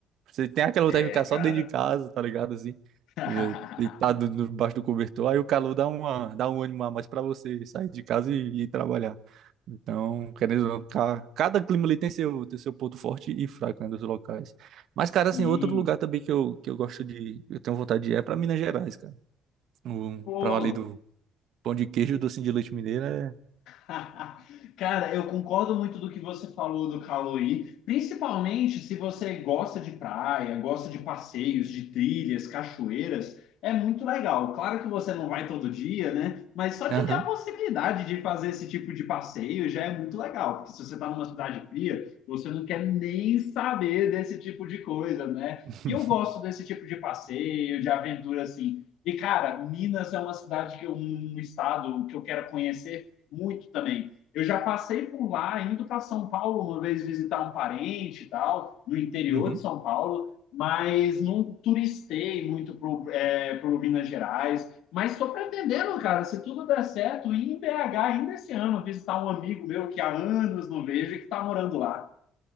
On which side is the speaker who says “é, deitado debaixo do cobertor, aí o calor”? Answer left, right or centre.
Right